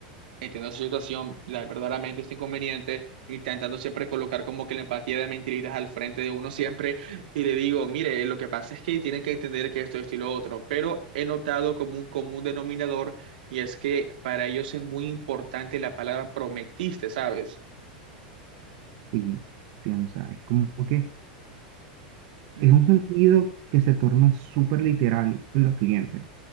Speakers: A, on the right; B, on the right.
A: Entiendo su situación, la, verdaderamente este inconveniente, intentando siempre colocar como que la empatía de mentiritas al frente de uno siempre, y le digo, mire, lo que pasa es que tienen que entender que esto, esto y lo otro, pero he notado como un común denominador, y es que para ellos es muy importante la palabra prometiste, ¿sabes?
B: Sí, tienes, o sea, es como que
A: Mm,
B: Es un sentido que se torna súper literal en los clientes.